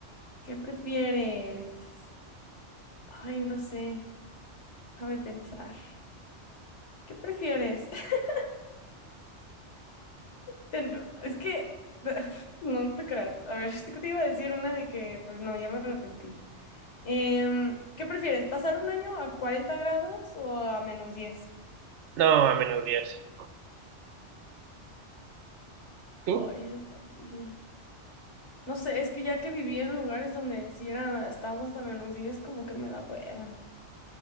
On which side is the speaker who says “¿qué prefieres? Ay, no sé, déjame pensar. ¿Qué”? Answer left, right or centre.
Left